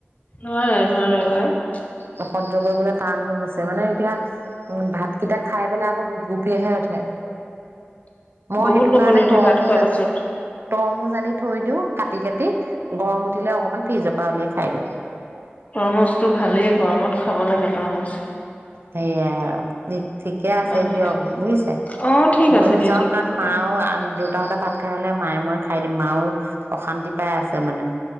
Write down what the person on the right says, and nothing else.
সহ্য কৰিবলৈ টান হৈ গৈছে। মানে এতিয়া উ' ভাতকিটা খাই পেলাই আকৌ গুপগুপীয়াহে উঠে। মই
সেইটো
কাৰণে
তৰমুজ
তৰমুজ আানি থৈ দিওঁ ক কাটি, কাটি গৰম উঠিলে অকণমান ফ্ৰিজৰ পৰা উলিয়াই খাই দিওঁ।
সেইয়াই আৰু দেই ঠিকে আছে
দিয়ক বুজিছে
মইো
যাওঁ
কাৰণ
মাও দেউতাহঁতে ভাত খাই হলে মায়ে মই খাই দিম মাও অশান্তি পাই আছে মানে